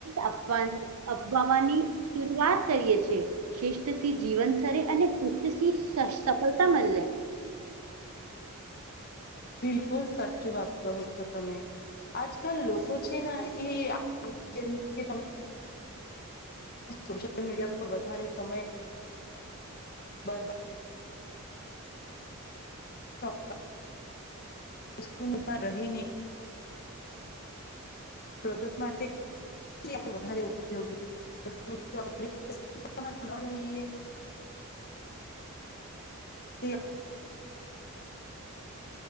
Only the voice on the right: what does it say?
આપવા અપવાની શરૂઆત કરીએ છીએ. શિસ્ત થી જીવન સરે અને શિસ્તથી સફળતા મળે.